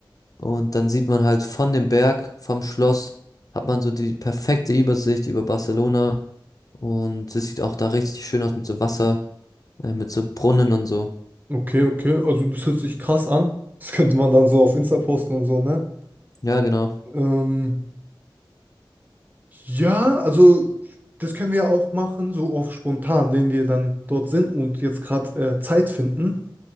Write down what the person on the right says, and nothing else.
okay, okay, also das hört sich krass an. Das könnte man dann so auf Insta posten und so, ne?
Ähm, ja, also das können wir auch machen, so auf spontan, wenn wir dann dort sind und jetzt gerade äh, Zeit finden,